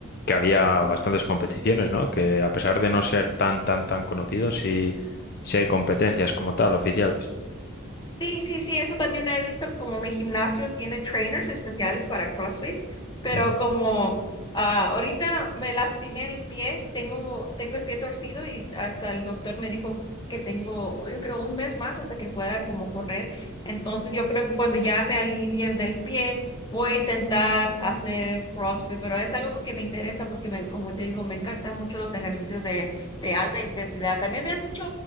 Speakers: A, on the left; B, on the left.
A: que había bastantes competiciones, ¿no? Que a pesar de no ser tan, tan, tan conocidos, sí, sí hay competencias como tal, oficiales.
B: Sí, sí, sí, eso también he visto como mi gimnasio tiene trainers especiales para CrossFit, pero
A: Ujú.
B: como ah, ahorita me lastimé el pie, tengo, tengo el pie torcido y hasta el doctor me dijo que tengo, yo creo, un mes más hasta que pueda como correr. Entonces yo creo que cuando ya me alivien del pie, voy a intentar hacer CrossFit, pero es algo que me interesa porque me, como te digo, me encantan mucho los ejercicios de, de alta intensidad. También me han dicho